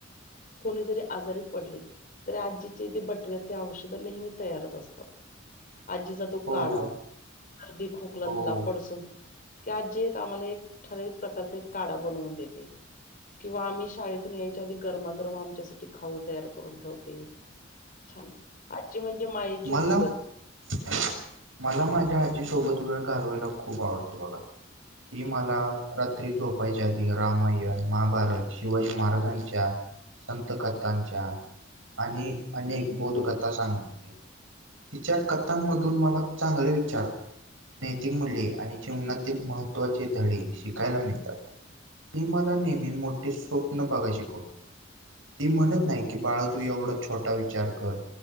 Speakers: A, on the left; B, on the right.
A: कोणी जरी आजारी पडले, तरी आजीचे ते बटव्याचे औषध नेहमी तयारच असतात. आजीचा तो
B: हो
A: काडा, सर्दी, खोकला
B: हो.
A: झाला पडस झा की, आजी एक आम्हाला एक ठरावीक प्रकारचा एक काढा बनवून देते. किंवा आम्ही शाळेतून यायच्या आधी गरमागरम आमच्यासाठी खाऊ तयार करून ठेवते. छान! आजीची म्हणजे मायेची
B: मला
A: ऊब असते.
B: <inaudible> मला माझ्या आजी सोबत वेळ घालवायला खूप आवडते बघा. <inaudible> ती मला रात्री झोपायच्या आधी, रामायण, महाभारत शिवाजी महाराजांच्या संत कथांच्या, आणि अनेक बोधकथा सांगते. तिच्या कथांमधून मला चांगले विचार नैतिक मूल्ये आणि जीवनातील महत्त्वाचे धडे शिकायला मिळतात. ती मला नेहमी मोठे स्वप्न बघाय शिकवते. ती म्हणत नाही की बाळा तू एवढा छोटा विचार कर कर.